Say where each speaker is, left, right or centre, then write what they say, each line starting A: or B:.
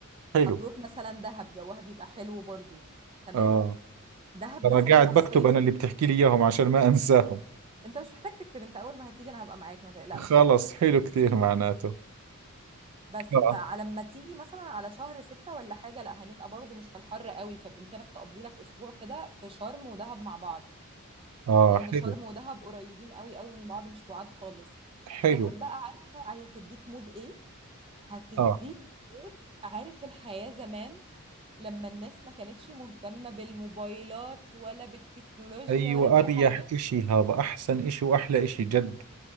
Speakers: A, on the right (about 75°); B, on the right (about 25°).
A: حلو
B: هتروح مثلا دهب جوها بيبقى حلو برضو تمام
A: آه
B: دهب
A: ترى
B: مثلا
A: قاعد
B: في الصيف
A: بكتب أنا اللي بتحكي لي إياهم عشان ما أنساهم
B: انت مش محتاج تكتب انت اول ما هتيجي انا هبقى معاك ما تقلقش
A: خلص حلو كثير معناته
B: بس
A: آه
B: فعلى ما تيجي مثلا على شهر ستة ولا حاجة لا هنبقى برضو مش في الحر قوي فبإمكانك تقضي لك أسبوع كده في شرم ودهب مع بعض
A: آه
B: لان
A: حلو
B: شرم ودهب قريبين قوي قوي من بعض مش بعاد خالص
A: حلو
B: دهب بقى عارفه هي هتديك مود ايه هتديك
A: آه
B: مود عارف الحياه زمان لما الناس ما كانتش مهتمه بالموبايلات ولا بالتكنولوجيا
A: أيوة
B: ولا باي
A: أريح
B: حاجه
A: إشي هذا أحسن إشي وأحلى إشي جد